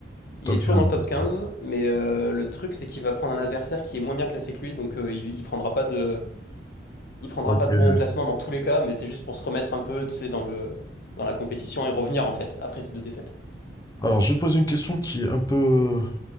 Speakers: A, on the left; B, on the left.
A: Il
B: Top
A: est toujours
B: 15.
A: dans le top 15, mais euh, le truc c'est qu'il va prendre un adversaire qui est moins bien classé que lui, donc euh, il, il prendra pas de, il prendra
B: Ok.
A: pas de bon au classement dans tous les cas, mais c'est juste pour se remettre un peu, tu sais, dans le, dans la compétition et revenir en fait après ces deux défaites.
B: Alors, je vais te poser une question qui est un peu,